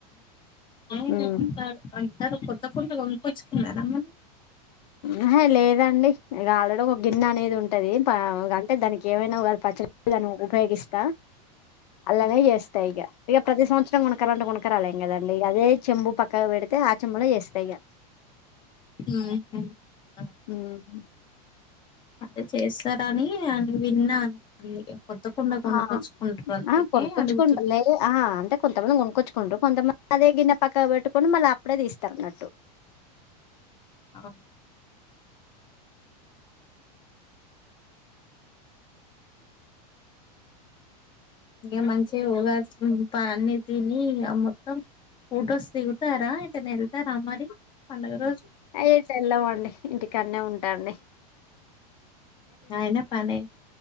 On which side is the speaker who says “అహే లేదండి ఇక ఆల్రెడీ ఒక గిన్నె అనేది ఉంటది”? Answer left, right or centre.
Left